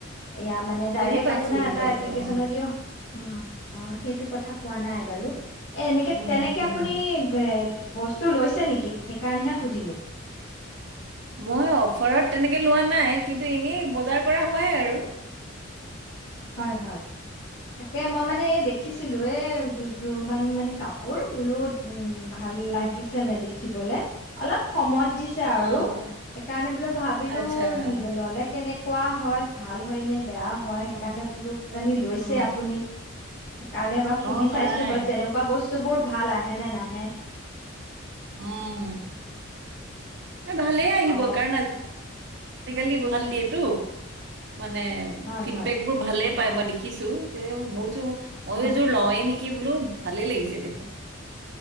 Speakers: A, on the left; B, on the right.
A: এয়া, মানে ডাইৰেক্ট
B: বুজি পাইছো
A: আপোনাৰ
B: বুজি
A: এটা
B: পাইছো
A: এপ্লিকেচনো
B: অ'
A: দিয়ো। অ', অ' সেইটো কথা কোৱা নাই বাৰু এ এনেকে-তেনেকে
B: উম উম
A: আপুনি
B: উম।
A: বে বস্তু লৈছে নেকি সেক কাৰণহে সুধিলো।
B: মই অফাৰত তেনেকে লোৱা নাই। কিন্তু এনেই বজাৰ কৰা হয় আৰু
A: হয়, হয় তাকে মই মানে এই দেখিছিলো এ দু-যোৰ মান মানে কাপ কাপোৰ ধুলোঁ, উম। ভাল
B: অ
A: লাগিছেনে দেখ ৰাখিবলৈ অলপ কমত। দিছা আৰু
B: অ হয়
A: সেইকাৰণে বোলো ভাবিলোঁ
B: আচ্ছা অ
A: ল'লে কেনেকুৱা কোৱা হয় ভাল হয়নে বেয়া হয়। সেইকাৰণে
B: উম
A: বোলো কিজানি লৈছে
B: উম
A: আপুনি। সেইকাৰণে এবাৰ সুধি
B: অ নাই
A: চাইছোঁ বাত তেনেকুৱা বস্তু বস্তুবোৰ ভাল আহে নে নাহে।
B: উম ভালে আহিব
A: অ
B: কাৰণ আজি। আজিকালি ভাল দিয়েটো। মানে
A: হয়
B: ফিডবেকবোৰ
A: হয়
B: ভালে। পায় মই দেখিছোঁ যে বুজোঁ মই
A: হয়
B: এযোৰ লওেঁই নেকি। কি বোলো ভালে লাগিছে দেখোন।